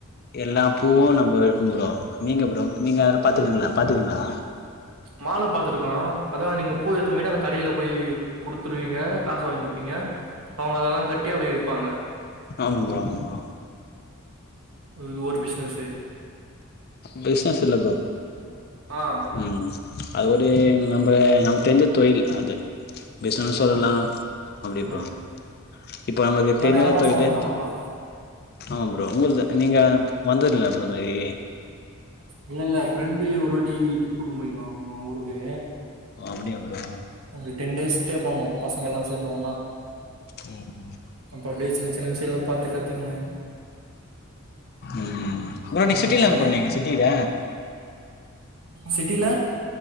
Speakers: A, on the left (about 45°); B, on the right (about 80°).
A: எல்லா பூவு நம்மருக்கு ப்ரோ நீங்க ப்ரோ நீங்க அதெல்லா பாத்துக்கீங்ளா பாத்துர்க்கீங்ளா
B: மால பாத்துருக்கோ அதா நீங்க பூ எத்துன்னு போய்ட்டு அந்த கடைல போய் குடுத்துருவீங்க காசு வாங்கி ப்பீங்க அவுங்க அதெல்லா கட்டி அப்டியே விப்பாங்க
A: ஆமாம் ப்ரோ ஆமாம் ப்ரோ
B: இது ஒரு பிசினஸ்ஸு
A: பிசினஸ் இல்ல ப்ரோ
B: ஆ
A: ம் அது ஒரு நம்ப நமக் தெரிஞ்ச தொழில் அது பிசினஸ் சொல்லலா
B: ஆ
A: அப்டி
B: ஆ
A: ப்ரோ இப்ப நமக்கு
B: ஆனா
A: தெரியாத
B: நெலல்லா
A: தொழிலு
B: சொந்த நெலந்தா.
A: ம் ஆமா ப்ரோ உங்ள்து நீங்க வந்தது இல்லயா ப்ரோ இந்த வழி
B: இல்ல இல்ல ஃப்ரெண்டு ஒருவாட்டி வீட்டுக்கு கூட்டுன் போயிருக்கான் அவுங் ஊருக்கு
A: ஓ அப்டியா ப்ரோ
B: ஒரு டென் டேஸ் ஸ்டே பண்ணோ பசங்கெல்லா சேந்து ஒண்ணா
A: ம்
B: அப்ப அப்டியே சின்ன சின்ன விசயோ எல்லாம் பாத்து கத்துகனு
A: ம் ப்ரோ
B: அந்த
A: நீங்க சிட்டில
B: மாரி அப்டியே
A: என்ன ப்ரோ நீங்க சிட்டில
B: சிட்டில